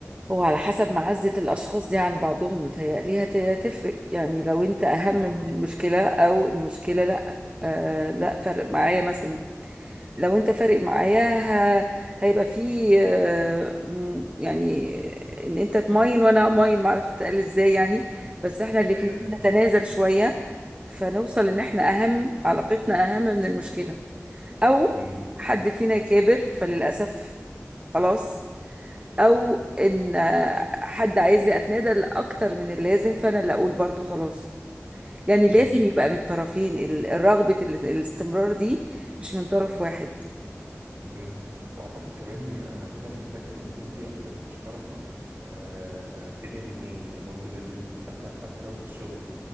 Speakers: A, on the right (about 25°); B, on the right (about 50°).
A: هو على حسب معزة الأشخاص دي عن بعضهم متهيألي هت- هتفرق يعني لو أنت أهم
B: اه
A: من المشكلة أو المشكلة لأ آه لأ فرق معايا مثلا لو انت فارق معايا ه... هيبقى فيه آه، م- يعني ان انت تماين وانا اماين معرفش تقال ازاي يعني بس احنا الاتنين
B: ايوه فاهم
A: نتنازل شوية فنوصل ان احنا اهم علاقتنا اهم من المشكلة او
B: مم.
A: حد فينا يكابر فللأسف خلاص او ان آه، حد عايزني اتنازل اكتر من اللازم فانا اللي اقول برضو خلاص يعني
B: مم.
A: لازم يبقى من الطرفين ال- الرغبة ال- الاستمرار دي مش من طرف واحد
B: مم. واعتقد كمان هتبقى محتاجة ان يكون في اهداف مشتركة آه، بين الاتنين يعني برضو لازم حتى حتى لو في الشغل